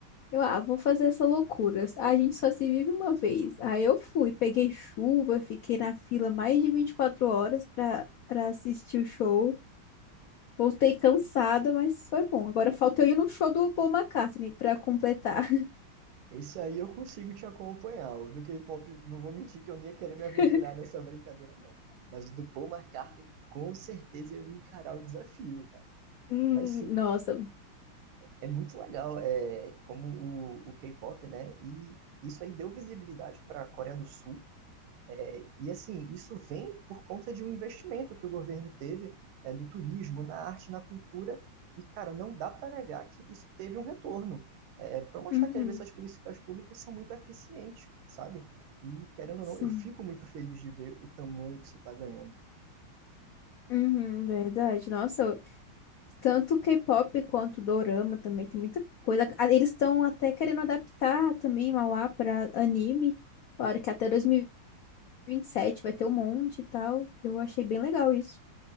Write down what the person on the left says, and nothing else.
Eu, ah, vou fazer essa loucura. A gente só se vive uma vez. Aí eu fui, peguei chuva, fiquei na fila mais de 24 horas pra, pra assistir o show. Voltei cansada, mas foi bom. Agora falta eu ir no show do Paul McCartney pra completar.
<laughs>
Hum,
nossa.
Uhum,
sim.
Uhum, verdade. Nossa, tanto K-pop quanto dorama também tem muita coisa. Ah, Eles estão até querendo adaptar também Mauá para anime. Claro que até dois mil e vinte e sete vai ter um monte e tal. Eu achei bem legal isso.